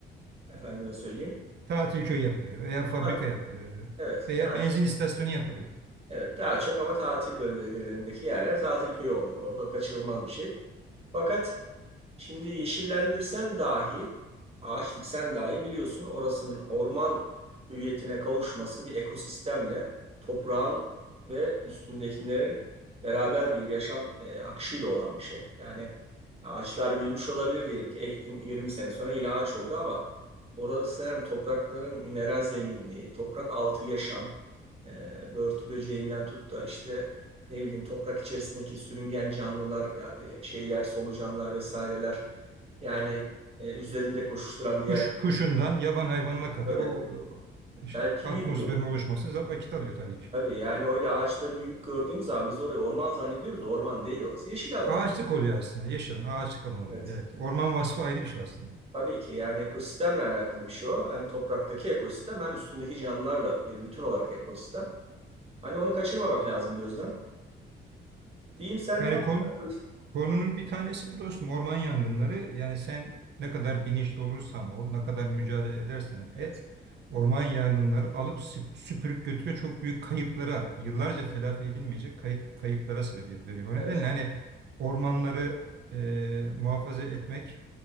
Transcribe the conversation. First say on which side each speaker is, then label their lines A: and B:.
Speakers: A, on the right (about 30°); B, on the right (about 60°).
A: Efendime söyleyeyim.
B: Tatil köyü yapılıyor veya fabrika
A: Ha,
B: yapılıyor
A: Evet,
B: veya
A: daha,
B: benzin istasyonu yapılıyor.
A: evet, daha çok ama tatil bölgelerindeki yerler tatil köyü oluyor. Orada kaçınılmaz bir şey. Fakat Şimdi yeşillendirsen dahi, ağaç diksen dahi biliyorsun orasının orman hüviyetine kavuşması bir ekosistemle toprağın ve üstündekilerin beraber bir yaşam e, akışıyla olan bir şey. Yani ağaçlar büyümüş olabilir diyelim ki ektin 20 sene sonra yine ağaç oldu ama orası hem toprakların mineral zenginliği, toprak altı yaşam, e, börtü böceğinden tut da işte ne bileyim toprak içerisindeki sürüngen canlılar, e, şeyler, solucanlar vesaireler. Yani e, üzerinde koşuşturan diğer
B: Kuş kuşundan yaban hayvanına kadar
A: tabii
B: o e, şey,
A: belki
B: atmosferin
A: yüz yıl.
B: oluşması za- vakit alıyor tabii ki.
A: Tabii yani öyle ağaçları büyük gördüğümüz zaman biz orayı orman zannediyoruz da orman değil orası. Yeşil alan
B: Ağaçlık
A: orası.
B: oluyor aslında. Yeşil alan, ağaçlık alan oluyor.
A: Evet.
B: Evet. Orman vasfı ayrı bir şey aslında.
A: Tabii ki yani ekosistemle alakalı bir şey o. Hem topraktaki ekosistem hem üstündeki canlılarla bir bütün olarak ekosistem. Hani onu kaçırmamak lazım gözden. Diyeyim sen
B: Yani
A: devam.
B: kon-
A: et.
B: Konunun bir tanesi bu dostum orman yangınları. Yani sen ne kadar bilinçli olursan ol, ne kadar mücadele edersen
A: Evet.
B: et, orman yangınları alıp süp- süpürüp götürüyor. Çok büyük kayıplara, yıllarca telafi edilmeyecek kayıp, kayıplara sebebiyet veriyor. O nedenle
A: Evet.
B: hani ormanları e, muhafaza etmek